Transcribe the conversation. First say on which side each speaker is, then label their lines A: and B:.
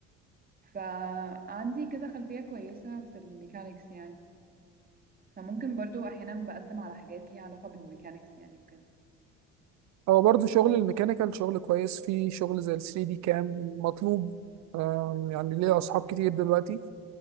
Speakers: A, on the right; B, on the right.
A: فعندي كده خلفية كويسة في الميكانيكس يعني فممكن برضو احيانا بقدم على حاجات ليها علاقة بالميكانيكس يعني وكده
B: هو برضه شغل الميكانيكال شغل كويس في شغل زي ال 3D كام مطلوب آم، يعني ليه أصحاب كتير دلوقتي